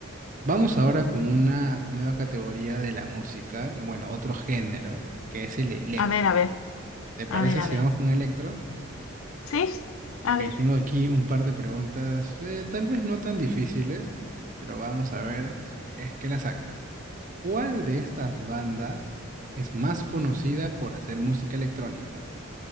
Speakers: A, on the right; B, on the left.
A: Vamos ahora con una nueva categoría de la música, bueno, otro género, que es el electro.
B: A ver, a ver,
A: ¿Te parece
B: a ver, a
A: si
B: ver.
A: vamos con electro?
B: ¿Sí? A
A: Ok,
B: ver.
A: tengo aquí un par de preguntas, eh, tal vez no tan difíciles, pero vamos a ver si es que las sacas. ¿Cuál de estas bandas es más conocida por hacer música electrónica?